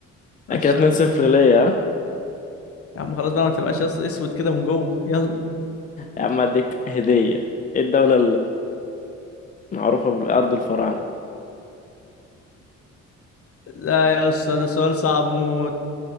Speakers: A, on the left; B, on the left.
A: خش
B: كده 2-0
A: عليا
B: ليا ها؟
A: يا عم خلاص بقى ما تبقاش أص- اسود كده من جوه يلا
B: يا عم أديك هدية ايه الدولة المعروفة بالأرض الفراعنة؟
A: لا يا استاذ ده سؤال صعب موت